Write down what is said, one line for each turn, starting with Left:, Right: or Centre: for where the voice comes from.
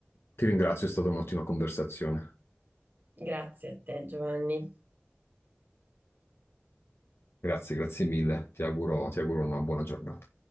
Left: Ti ringrazio, è stata un'ottima conversazione.
Right: Grazie a te, Giovanni.
Left: Grazie, grazie mille. Ti auguro, ti auguro una buona giornata.